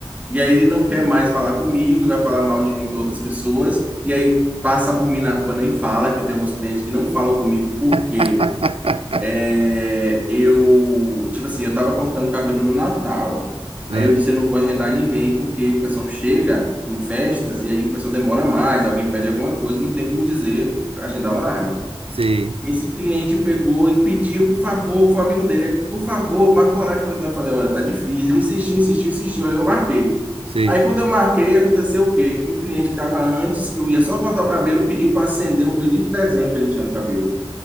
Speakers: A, on the right; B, on the right.
A: e aí ele não quer mais falar comigo, e vai falar mal de mim para outras pessoas. E aí passa por mim na rua, nem fala, que tem alguns clientes que não falam comigo porque
B: <laughs>
A: é, eu, tipo assim, eu tava cortando o cabelo no Natal.
B: Ah,
A: Aí eu disse, eu não vou agendar ninguém, porque o pessoal chega em festas e aí o pessoal demora mais, alguém pede alguma coisa, não tem como dizer, agendar horário.
B: sei,
A: Esse cliente pegou e pediu, por favor, foi um amigo dele, por favor, marca o horário. pra mim. Então Eu falei, olha, tá difícil. Ele insistiu, insistiu, insistiu, aí eu marquei.
B: sei.
A: Aí quando eu marquei, aconteceu o quê? Um cliente que tava antes, que eu ia só cortar o cabelo, pediu para acender um bendito desenho que ele tinha no cabelo,